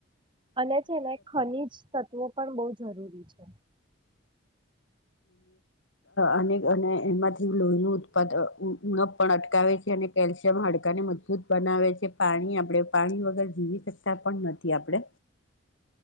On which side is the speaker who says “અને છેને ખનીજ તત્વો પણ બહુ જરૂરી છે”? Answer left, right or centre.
Right